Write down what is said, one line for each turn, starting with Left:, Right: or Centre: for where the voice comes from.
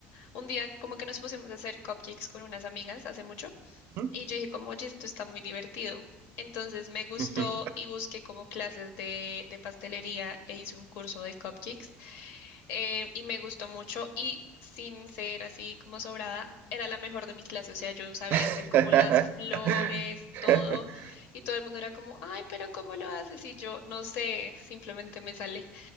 Left: un día como que nos pusimos a hacer cupcakes con unas amigas hace mucho
Right: Ujú.
Left: y yo dije como, oye, esto está muy divertido. Entonces me gustó
Right: Ujú.
Left: y busqué como clases de, de pastelería e hice un curso de cupcakes eh, y me gustó mucho y sin ser así como sobrada, era la mejor de mi clase, o sea, yo sabía
Right: <laughs>
Left: hacer como las flores, todo, y todo el mundo era como, ay, pero ¿cómo lo haces? Y yo no sé, simplemente me sale.